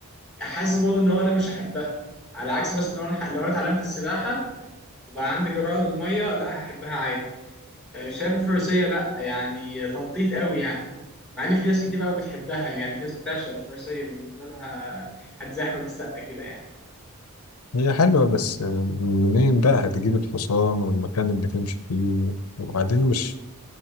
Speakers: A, in the centre; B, on the left.
A: حاسس برضو ان هو انا مش هحبها على عكس مثلا لو انا لو انا اتعلمت السباحه وبقى عندي جرأة للمية لا هحبها عادي آه، شايف الفروسية لا يعني تنطيط قوي يعني مع ان في ناس كتير قوي بتحبها يعني في ناس بتعشق الفروسية بالنسبة لها هات زي احمد السقا كده يعني
B: هي حلوه بس منين بقى هتجيب الحصان والمكان اللي تمشي فيه وبعدين مش